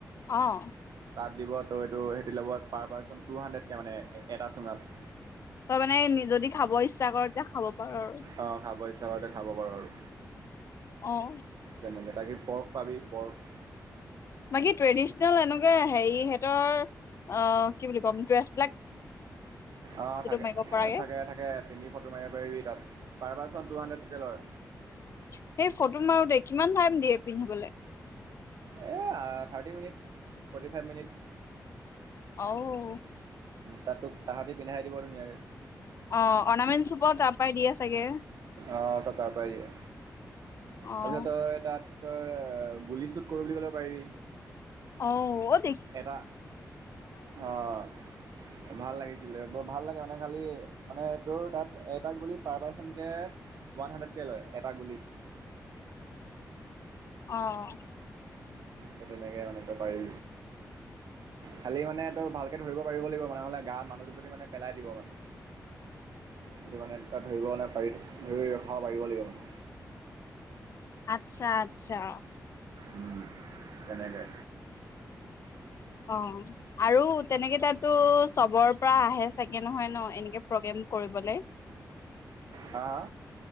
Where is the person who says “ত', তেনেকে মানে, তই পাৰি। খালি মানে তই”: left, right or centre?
Right